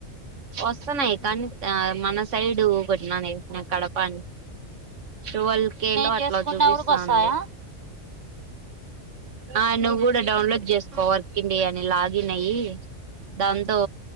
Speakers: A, on the right; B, on the right.
A: వస్తున్నాయి కానీ మన సైడ్ కొట్టిన్నాను కడపని టువల్వ్ కే
B: నేను
A: లో అట్లా
B: చేసుకున్నవి
A: చూపిస్తాండి
B: కూడా వస్తాయా
A: ఆ నువ్వు కూడా డౌన్లోడ్ చేసుకో వర్క్ ఇండియాని లాగిన్ అయ్యి దాంతో